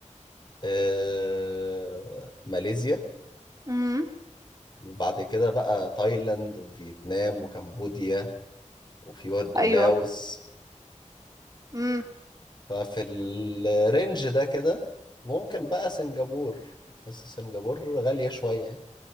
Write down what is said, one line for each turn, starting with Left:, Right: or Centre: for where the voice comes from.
Left: آه ماليزيا
Right: امم
Left: وبعد كده بقى تايلاند وفيتنام وكمبوديا وفي برضه
Right: ايوه
Left: لاوس
Right: امم
Left: ففي الرينج ده كده ممكن بقى سنغافور بس سنغافور غالية شوية يعني